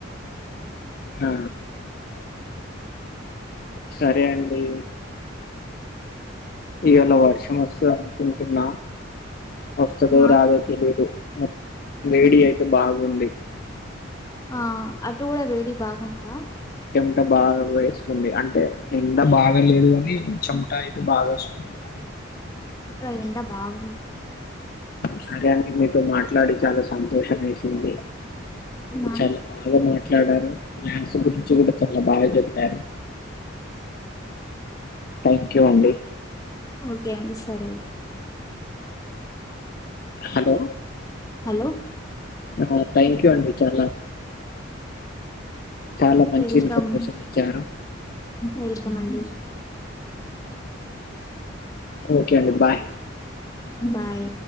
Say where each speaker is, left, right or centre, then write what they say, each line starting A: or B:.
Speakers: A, on the left (about 45°); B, on the left (about 15°).
A: ఆ సరే అండి ఇయలా వర్షం వస్తది అనుకుంటున్న వస్తదో
B: ఆ
A: రాదో తెలీదు వేడి అయితే బాగుంది
B: ఆ అటు కూడా వేడి బాగుందా
A: ఎ బాగా పోయి వస్తుంది అంటే ఎండ బాగా లేదు కానీ చెమటా అయితే బాగా వస్తుంది అంట
B: ఎండా బాగుంది
A: సరే అండి మీతో మాట్లాడి చాలా సంతోషం వేసింది
B: నా
A: చాలా బాగా మాట్లాడారు ప్లాన్స్ గురించి కూడా చాలా బాగా చెప్పారు థ్యాంక్ యూ అండి
B: ఓకే అండి సరే
A: హలో
B: హలో
A: ఆ థ్యాంక్ యూ అండి చాలా చాలా మంచి
B: వెల్కమ్
A: ఇన్ఫర్మేషన్ ఇచ్చారు
B: వెల్ మండి
A: ఓకే అండి బాయ్
B: బాయ్